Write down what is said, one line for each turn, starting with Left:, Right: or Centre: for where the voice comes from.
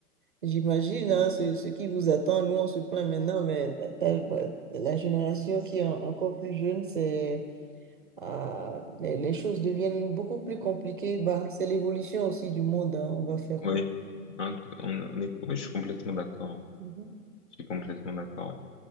Right: j'imagine hein, ce, ce qui vous attend. Nous, on se plaint maintenant, mais t'as- bah, la génération qui est en- encore plus jeune, c'est, ah, les, les choses deviennent beaucoup plus compliquées. Bah, c'est l'évolution aussi du monde. hein, on va faire
Left: Oui,
Right: quoi?
Left: Hein, t- on, on est, oui, je suis complètement d'accord.
Right: Mhm.
Left: Je suis complètement d'accord.